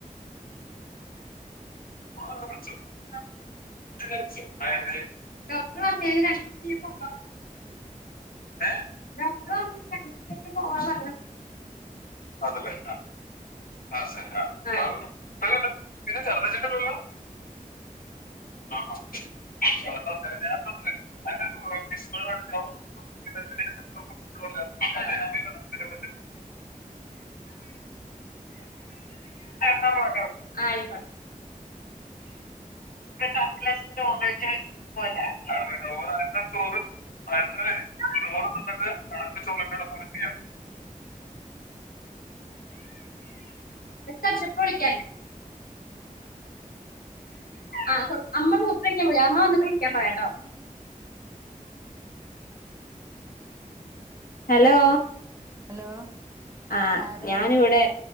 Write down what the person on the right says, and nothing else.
ഹലോ
ആരാ
വന്ന്